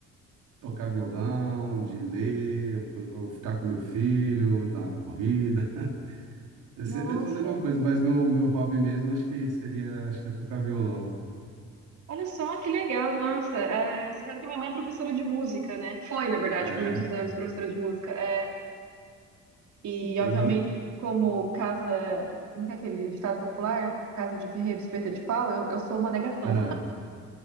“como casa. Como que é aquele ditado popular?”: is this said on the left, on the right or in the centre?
Right